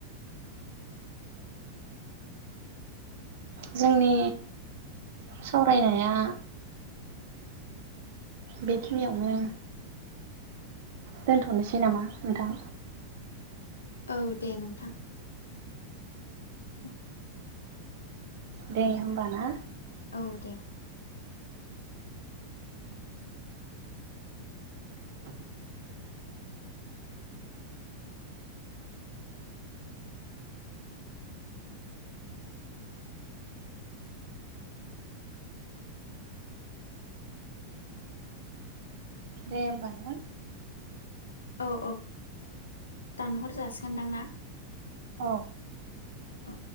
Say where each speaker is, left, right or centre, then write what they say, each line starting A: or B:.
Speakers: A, on the right; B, on the left.
A: जोंनि सावरायनाया बेखिनियावनो दोनथनोसै नामा नोंथां
B: औ दे नोंथां <inaudible>
A: दे होमबा ना
B: औ दे
A: दे होमबा ना
B: औ औ दानहर जासिगोनदां ना
A: औ
B: औ